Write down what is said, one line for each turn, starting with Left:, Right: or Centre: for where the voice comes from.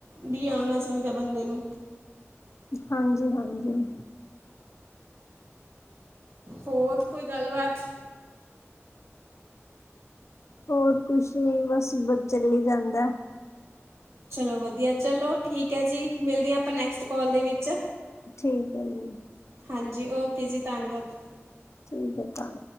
Right: ਵੀ ਆਉਣਾ ਚਾਹੀਦਾ ਬੰਦੇ ਨੂੰ।
Left: ਹਾਂਜੀ, ਹਾਂਜੀ।
Right: ਹੋਰ ਕੋਈ ਗੱਲਬਾਤ
Left: ਹੋਰ ਕੁਛ ਨੀ ਬਸ, ਬਸ ਚੱਲ ਹੀ ਜਾਂਦਾ।
Right: ਚਲੋ ਵਧੀਆ ਚਲੋ ਠੀਕ ਹੈ ਜੀ ਮਿਲਦੇ ਹਾਂ ਆਪਾਂ ਨੈਕਸਟ ਕੋਲ ਦੇ ਵਿੱਚ।
Left: ਠੀਕ ਹੈ ਜੀ।
Right: ਹਾਂਜੀ, ਓਕੇ ਜੀ ਧੰਨਵਾਦ।
Left: ਠੀਕ ਆਂ।